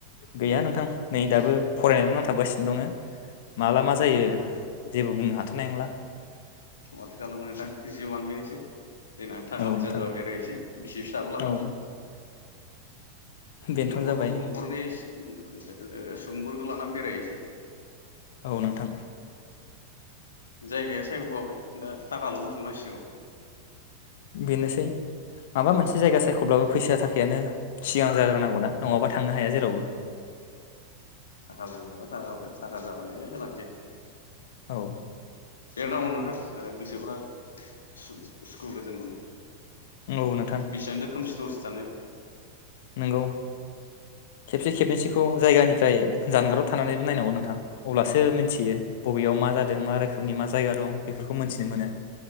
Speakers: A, on the left; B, on the left.
A: गैया नोंथां नै दाबो फरायनानै नांथाबगासिनो दङ माला मा जायो जेबो बुंनो हाथ'नाय नंला
B: माथो खालामो नोंथां जिउआनो बेनोसै देनां थाखा
A: औ
B: फैसा
A: नोंथां
B: जाबा बेरायहसै बिसि फिसाखौ लानानै
A: औ बेनोथ'
B: न'खरखौ
A: जाबाय
B: न'खरनि। अ अ सफोरखौ लानानै बेरायहैसै।
A: औ नोंथां।
B: जायगाया सायख'खाबाय। दा थाखाल' बुथुमनांसिगौ।
A: बेनोसै माबा मोनसे जायगा सायख'ब्लाबो फैसा थाखायानो सिगां जाग्रोनांगौ ना? नङाबा थांनो हाया जेरावबो
B: थाखाबो रोंहरबाय थाखाब थाखा जाबानो होलांसै।
A: औ।
B: देरनाव नथां गोसोफ्रा सुखु गोजोन मोनो।
A: औ नोंथां
B: बेसेबांथो खोमसि दरसि जानो
A: नंगौ खेबसे खेबनैसखौ जायगानिफ्राय जानगाराव थानानैबो नायनांगौ नोंथां। अब्लासो
B: औ
A: मिथियो। बबेयाव मा जादों मा रोखोमनि मा जायगा दं बेफोरखौ मोनथिनो मोनो